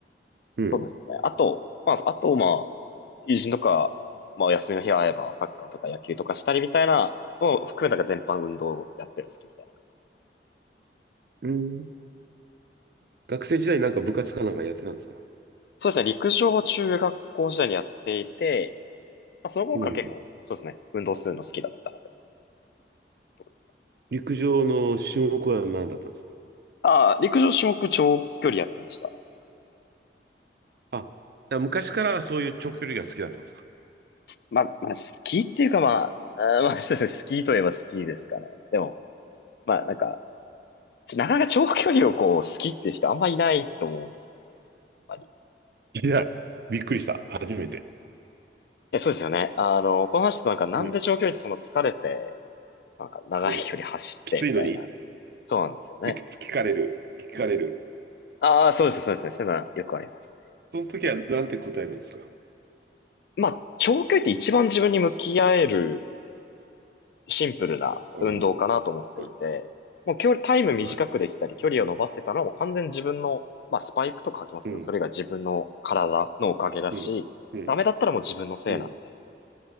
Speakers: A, on the right; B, on the left.
A: うん、
B: そうですね。あと、まああとまあ友人とか、まあお休みの日会えばサッカーとか野球とかしたりみたいなのを含めたが全般運動をやってるの好きみたいな感じ。
A: うん。学生時代なんか部活かなんかやってたんですか
B: そうですね。陸上を中学校時代にやっていて、まあその頃から結構そうですね。
A: うん。
B: 運動するの好きだったのでとかですね
A: 陸上の種目は何だったんですか
B: ああ、陸上種目長距離やってました。
A: あ、だから昔からそういう長距離が好きだったんですか
B: まあ、まあ、スキーっていうかまあ、あー <laughs> まあ、そうですね、スキーといえばスキーですかね。でも、まあなんか、ちなかなか長距離をこう、スキーっていう人あんまいないと思うんですよね。あんまり。
A: いや、びっくりした。初めて。
B: え、そうですよね。あの、この話となんかなんで長距離ってその疲れて、
A: うん、
B: なんか長い距離走ってみたいな。
A: うん。きついのにっ
B: そうなんですよね。
A: て聞かれる。聞かれる。
B: ああ、そうです、そうですね。そういうのはよくありますね。
A: その時はなんて答えるんですか
B: まあ、長距離って一番自分に向き合えるシンプルな運動かなと思っていて、
A: ああはい、
B: もう距離、タイム短くできたり、
A: はい。
B: 距離を伸ばせたのはもう完全に自分の、まあスパイクとか履きますけど、
A: うん、
B: それが自分の体のおかげだし、
A: うん、うん、
B: ダメだったらもう自分のせいなんで、
A: うん、